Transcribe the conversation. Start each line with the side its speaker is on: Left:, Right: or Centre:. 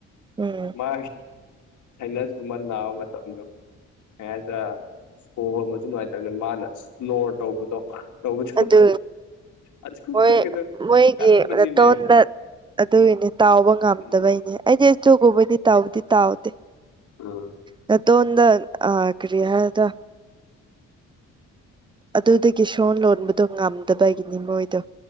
Right: ꯎꯝ
Left: ꯃꯥ ꯁꯅꯁ ꯃꯃ ꯂꯅꯥꯑꯣꯕ ꯃꯇꯝꯗꯨ ꯍꯣꯏ ꯍꯣꯏ ꯃꯗꯨ ꯅꯨꯡꯉꯥꯏꯅꯇꯧꯅꯦ ꯃꯥꯅ ꯏꯁꯅꯣꯔ ꯇꯧꯕꯗꯣ ꯇꯧꯕꯗꯣ
Right: ꯑꯗꯨ
Left: ꯑꯗꯨ
Right: ꯍꯣꯏ
Left: ꯈꯣꯏꯒꯗꯣ
Right: ꯃꯣꯏꯒꯤ
Left: ꯀꯟꯕꯅꯤꯅꯦ
Right: ꯇꯣꯟꯗ ꯑꯗꯨꯒꯤꯅꯦ ꯇꯥꯎꯕ ꯉꯝꯗꯕꯩꯅꯦ
Left: ꯎꯝ
Right: ꯑꯩꯗꯤ ꯑꯆꯧꯕꯧꯕꯩꯗꯤ ꯇꯥꯎꯕꯗꯤ ꯇꯥꯎꯗꯦ
Left: ꯑ
Right: ꯅꯠꯇꯣꯣꯗ ꯑ ꯀꯔꯤꯌꯥꯗ ꯑꯗꯨꯗꯒꯤ ꯁꯣꯟ ꯂꯣꯟꯕꯗꯣ ꯉꯝꯗꯕꯒꯤꯅꯤ ꯃꯣꯏꯗꯣ